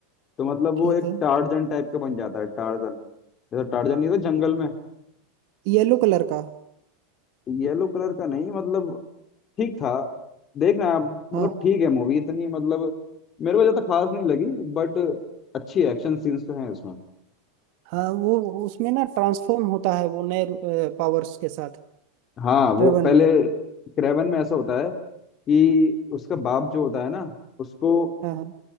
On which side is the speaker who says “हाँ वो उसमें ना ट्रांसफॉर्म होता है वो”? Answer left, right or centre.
Right